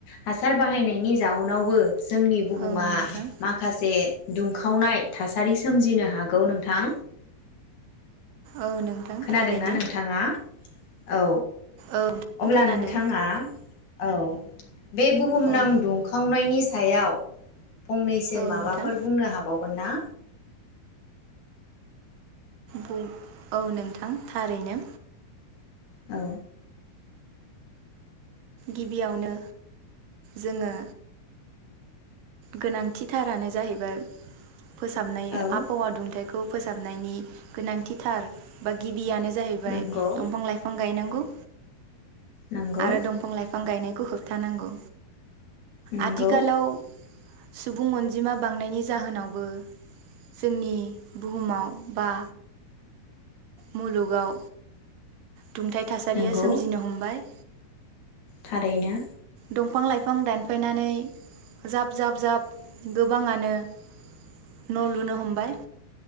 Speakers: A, on the left; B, on the right.
A: हा सार बाहायनायनि जाउनावबो जोंनि बुहुमा
B: औ नोंथां
A: माखासे दुंखावनाय थासारि सोमजिनो हागौ नोंथां।
B: औ नोंथां
A: खोनादोंना
B: थारैनो
A: नोंथाङा? औ।
B: औ
A: अब्ला
B: खोनादो
A: नोंथाङा औ। बे बुहुमनां
B: औ
A: दुंखावनायनि। सायाव। फंनैसो
B: औ
A: माबाफोर
B: नोंथां
A: बुंनो हाबावगोन ना?
B: बु औ नोंथां थारैनो।
A: औ।
B: गिबियावनो जोङो। गोनांथिथारानो जाहैबाय। फोसाबनाय
A: औ
B: आबहावा दुंथाय। खौ फोसाबनायनि गोनांथिथार बा गिबियानो जाहैबाय
A: नंगौ
B: दंफां लाइफां गायनांगौ।
A: नंगौ
B: आरो दंफां लाइफां गायनायखौ होबथानांगौ
A: नंगौ
B: आथिखालाव सुबुं अनजिमा बांनायनि जाहोनावबो जोंनि बुहुमाव बा मुलुगाव। दुंथाइ थासारिया
A: नंगौ
B: सोमजिनो हमबाय।
A: थारैनो।
B: दंफां लाइफां दानफायनानै जाब जाब जाब गोबाङानो न' लुनो हमबाय।